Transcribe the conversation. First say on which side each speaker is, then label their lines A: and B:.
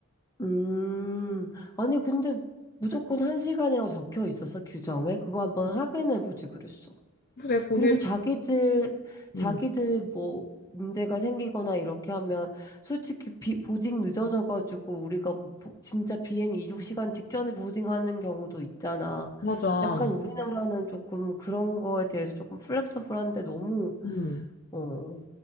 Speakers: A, on the left; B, on the left.
A: 음. 아니, 근데 무조건 한 시간이라고 적혀 있었어, 규정에. 그거 한번 확인해보지 그랬어.
B: 그래, 그게
A: 그리고 자기들, 자기들
B: 음,
A: 뭐, 문제가 생기거나 이렇게 하면, 솔직히 비, 보딩 늦어져가지고, 우리가 뭐 보- 진짜 비행 2륙시간 직전에 보딩하는 경우도 있잖아.
B: 맞아.
A: 약간 우리나라는 조금 그런 거에 대해서 조금 플렉서블한데 너무
B: 음.
A: 어.